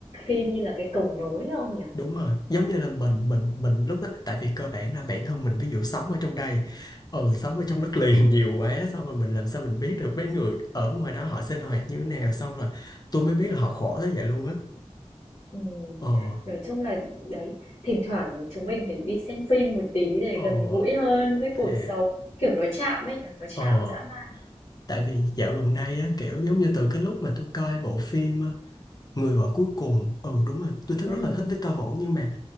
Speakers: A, on the left; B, on the left.
A: phim như là cái cầu nối á ông nhỉ?
B: đúng rồi giống như là mình mình mình lúc đó tại vì cơ bản là bản thân mình ví dụ sống ở trong đây ừ sống ở trong đất liền <laughs> nhiều quá xong rồi mình làm sao mình biết được mấy người ở ngoài đó họ sinh hoạt như thế nào xong rồi tôi mới biết là họ khổ tới vậy luôn á
A: Ừm,
B: ờ
A: nói chung là đấy, thỉnh thoảng chúng mình phải đi xem phim một tí để
B: ờ
A: gần gũi hơn với cuộc
B: thì
A: sống, kiểu nó chạm ấy nhỉ, nó chạm
B: ờ
A: dã man.
B: tại vì dạo gần đây á kiểu giống như từ cái lúc mà tôi coi bộ phim Người vợ cuối cùng ừ đúng rồi tôi thích
A: Ừm,
B: rất là thích Victor Vũ nhưng mà